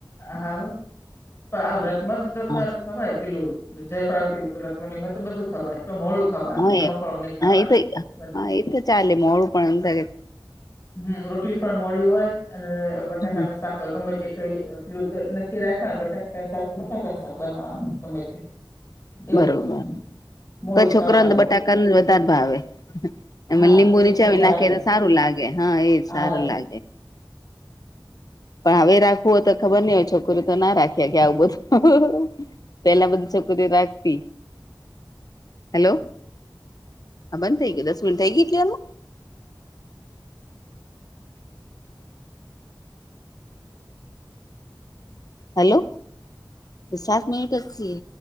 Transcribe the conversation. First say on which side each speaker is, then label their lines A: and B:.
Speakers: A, on the left; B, on the left.
A: હા આવ વ્રતમાં તો તો
B: હા
A: ખ ખવાય પેલું જય પાર્વતી રતમમાં તો બધું ખાવાય પણ મોળું ખાવાનું
B: હા
A: નમકવાું
B: એ
A: નહી ખાવાનું
B: હા એ તો
A: બસ
B: હા એ તો ચાલે મોડું પણે
A: હમ રોટલી પણ મોડી હોય અને બટાકાનું
B: કે
A: શાક ગમે તે કઈલ નક્કી રાખવાનું બટા શાક બટાકા શાક બનાવાનું ગમે એવું
B: બરોબર
A: મૂળ
B: તો છોકરાને
A: ખાવાનું
B: તો બટાકા ન જ વધારે ભાવે એ
A: હા
B: લીંબુ
A: તો
B: નીચાવી
A: એ તો ચાલે
B: નાખી સારું લાગે, હાએ
A: હા
B: સારું લાગે. પણ હવે રાખવું હોય તો ખબર નઈ હોય છોકરી તોના રાખીયા કે આવું બધું. પેલા બધું છોકરી રાખે. હેલો હા બંધ થઈ ગયા દસ મિનિટ થઈ ગઈ ચાલુ, હલો સાત મિનિટ છે, ટેક્સીએ